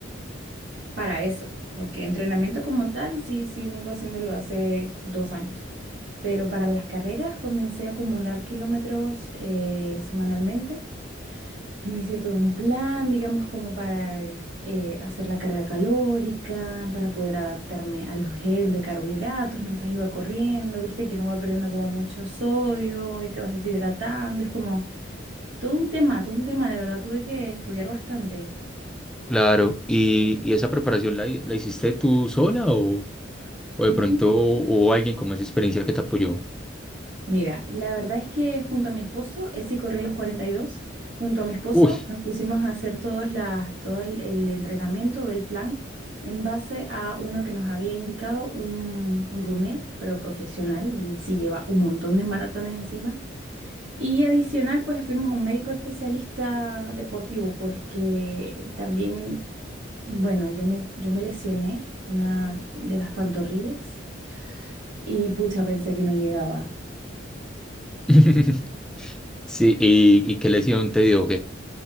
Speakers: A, on the right (about 85°); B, in the centre.
A: para eso, porque entrenamiento como tal, sí, sí, vengo haciéndolo hace dos años, pero para las carreras comencé a acumular kilómetros eh, semanalmente. Y me hice todo un plan, digamos, como para el, eh, hacer la carga calórica, para poder adaptarme a los gel de carbohidratos mientras iba corriendo. Viste que uno va perdiendo como mucho sodio y te vas deshidratando. Es como todo un tema, todo un tema. De verdad tuve que estudiar bastante.
B: Claro. ¿Y, y esa preparación la, la hiciste tú sola o, o de
A: <laughs>
B: pronto hubo alguien con más experiencia que te apoyó?
A: Mira, la verdad es que junto a mi esposo, él sí corrió los 42. junto a mi esposo
B: Uy.
A: nos pusimos a hacer todas las, todo el, el entrenamiento, el plan, en base a uno que nos había indicado un, un runner, pero profesional, él sí lleva un montón de maratones encima. Y adicional, pues fuimos a un médico especialista deportivo, porque también, bueno, yo me, yo me lesioné una de las pantorrillas y pucha, pensé que no llegaba.
B: <laughs> Sí, ¿y, y qué lesión te dio?